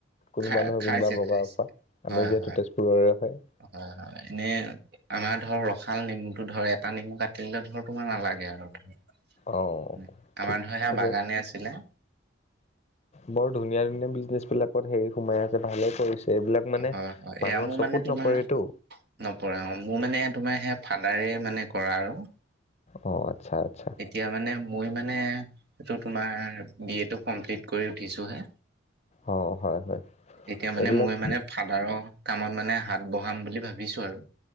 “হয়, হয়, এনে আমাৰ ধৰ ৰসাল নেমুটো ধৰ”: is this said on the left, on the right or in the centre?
Right